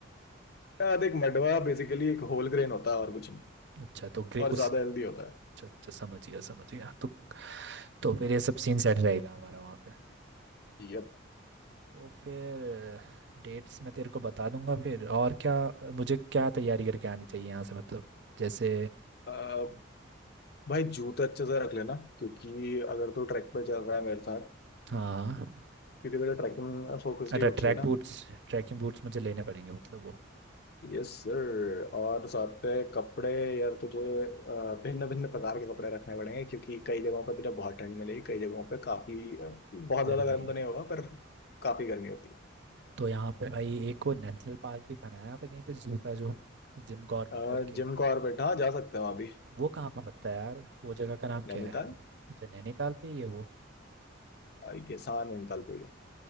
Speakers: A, on the left (about 50°); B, on the right (about 55°).
A: ना अ, देख मडवा बेसिकली एक होल ग्रेन होता है और कुछ नहीं
B: अच्छा तो ग्रे
A: और
B: उस
A: ज्यादा हेल्दी होता
B: अच्छा अच्छा समझ गया समझ गया तो तो फिर ये सब सीन सेट रहेगा हमारा वहाँ पे
A: है यप
B: तो फिर डेट्स मैं तेरे को बता दूंगा फिर और क्या मुझे क्या तैयारी करके आनी चाहिए यहाँ से मतलब जैसे
A: अ, भाई जूते अच्छे से रख लेना क्योंकि अगर तू ट्रैक पे चल रहा है मेरे साथ
B: हाँ
A: क्योंकि तुझे ट्रैकिंग फोकस्ड
B: अच्छा
A: ही वो चाहिए
B: ट्रैक
A: ना
B: बूट्स ट्रैकिंग बूट्स मुझे लेने पड़ेंगे मतलब वो
A: Yes sir और साथ पे कपड़े यार तुझे भिन्न भिन्न प्रकार के कपड़े रखने पड़ेंगे क्योंकि कई जगहों पर तुझे बहुत ठंड मिलेगी कई जगहों पे काफी अ, बहुत ज्यादा
B: गर्मी
A: गर्म तो
B: में।
A: नहीं होगा पर काफी गर्मी होती
B: तो यहाँ पे भाई एक वो नेशनल पार्क भी बना है यहाँ पे कहीं पे जू था जो जिम कॉर्बेट
A: है
B: करके
A: जिम को और बैठा जा सकते हो अभी
B: वो कहाँ पे पड़ता है यार वो जगह का नाम
A: नैनीताल
B: क्या है अच्छा नैनीताल पे ही है वो
A: आई गेस हाँ नैनीताल को ही है